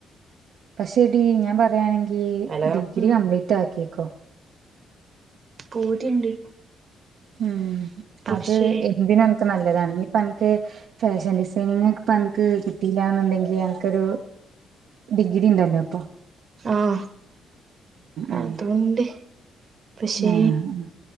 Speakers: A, on the right; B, on the right.
A: പക്ഷെ ടീ ഞാൻ പറയയാണെങ്കി
B: ഹലോ
A: ഡിഗ്രി
B: ഉം
A: കംപ്ലീറ്റാക്കിക്കോ
B: പൂതിണ്ട്
A: ഉം
B: പക്ഷേ
A: അത് എന്തിനും അൻക്ക് നല്ലതാണ് ഇഞ്ഞിപ്പൻക്ക് ഫാഷൻ ഡിസൈനിങ് ഇപ്പൊ അൻക്ക് കിട്ടീല്ലാന്ന്ണ്ടെങ്കി അൻക്കത് ഡിഗ്രിണ്ടല്ലോ
B: ആഹ് അതൂണ്ട്
A: ഉം
B: പക്ഷേ
A: ആഹ്